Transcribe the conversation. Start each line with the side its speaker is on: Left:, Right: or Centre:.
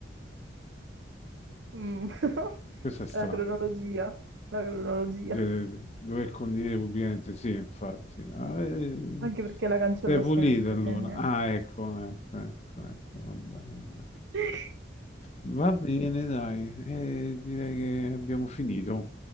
Right: Mm. <laughs>
Left: Questo è strano.
Right: La cronologia, la cronologia,
Left: Cioè, dover condire pubblicamente, sì, infatti. Ah, eh,
Right: anche perché la cancello
Left: sei pulito
Right: sempre,
Left: allora.
Right: quindi.
Left: Ah, ecco, ecco, ecco, ecco, vabbè, vabbè.
Right: <laughs>
Left: Va bene, dai, eh, direi che abbiamo finito.